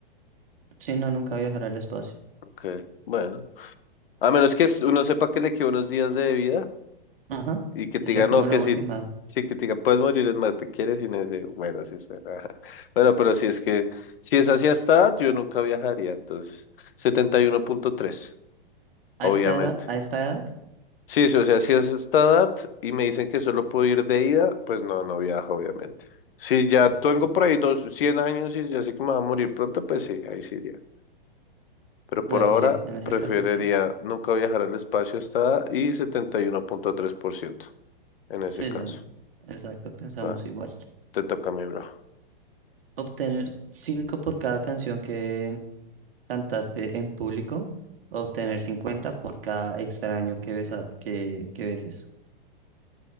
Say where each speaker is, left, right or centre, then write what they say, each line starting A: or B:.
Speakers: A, on the right; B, on the left.
A: Sí, no, nunca viajaré al espacio.
B: Ok, bueno. A menos que uno sepa que le quedan unos días de vida.
A: Ajá.
B: Y que te
A: Esa
B: diga,
A: como
B: no, que
A: la última.
B: si, sí, que te diga, puedes morir, es más, te quieres y no sé, bueno, sí está. <laughs> ajá. Bueno, pero si
A: S-
B: es que, si es así hasta edad, yo nunca viajaría, entonces, setenta y uno punto tres
A: ¿A
B: obviamente.
A: esta edad? ¿A esta edad?
B: Sí, sí, o sea, si es esta edad y me dicen que solo puedo ir de ida, pues no, no viajo, obviamente. Si ya
A: Ok.
B: tengo por ahí dos, 100 años y ya sé que me va a morir pronto, pues sí, ahí sí iría. Pero
A: Bueno,
B: por ahora
A: sí, en ese
B: preferiría
A: caso sí.
B: nunca viajar al espacio hasta edad y uno punto tres por ciento en ese
A: Sí,
B: caso.
A: sí. Exacto, pensamos
B: Vale,
A: igual.
B: te toca a mí, bro.
A: Obtener cinco por cada canción que cantaste en público. Obtener 50 por cada extraño que besa, que, que beses.